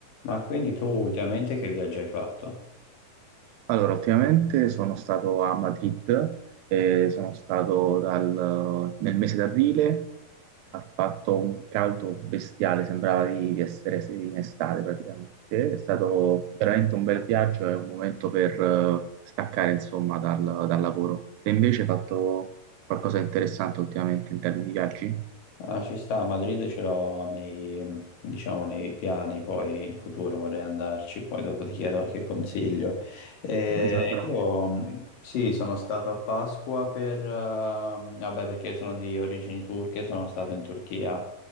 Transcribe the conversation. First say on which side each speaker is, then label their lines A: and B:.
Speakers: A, on the left; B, on the right.
A: Ma quindi tu ultimamente che viaggio hai fatto?
B: Allora, ultimamente sono stato a Madrid, eh, sono stato dal- nel mese d'aprile, ha fatto un caldo bestiale, sembrava di, di essere sì, in estate praticamente. È stato veramente un bel viaggio e un momento per eh, staccare insomma dal, dal lavoro. Te invece hai fatto qualcosa di interessante ultimamente in termini di viaggi?
A: Ah, ci sta, a Madrid ce l'ho nei, diciamo, nei piani, poi in futuro vorrei andarci, poi dopo ti chiedo qualche consiglio. Eh,
B: Beh, Sandra.
A: io mh, sì, sono stato a Pasqua per, eh, vabbè, perché sono di origini turche, sono stato in Turchia.